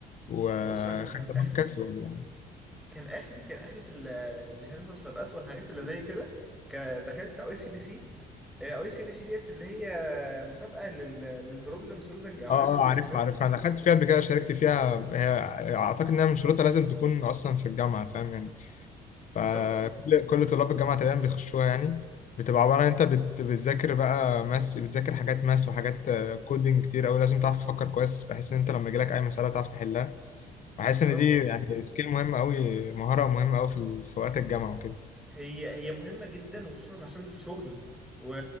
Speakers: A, on the left; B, in the centre.
A: وخدت
B: بص انا كان اخري
A: مركز ولا
B: كان اخري كان اخري في ال- اللي هي المسابقات والحاجات اللي زي كده كان دخلت اي سي بي سي اي سي بي سي ديت اللي هي مسابقه لل... للبروبلم سولفنج او
A: اه
B: حل المشكلات
A: اه عارف عارف انا خدت فيها قبل كده شاركت فيها هي اعتقد انها من شروطها لازم تكون اصلا في الجامعه فاهم يعني فكل
B: بالظبط
A: كل طلاب الجامعه تقريبا بيخشوها يعني بتبقى عباره عن انت بت... بتذاكر بقى ماس بتذاكر حاجات ماس وحاجات آه، كودينج كتير قوي لازم تعرف تفكر كويس بحيث ان انت لما يجيلك اي مساله تعرف تحلها بحس
B: بالظبط
A: ان دي
B: بالظبط
A: يعني سكيل مهمه قوي مهاره مهمه قوي في ال... في وقت الجامعه وكده
B: هي هي مهمه جدا وخصوصا عشان الشغل و...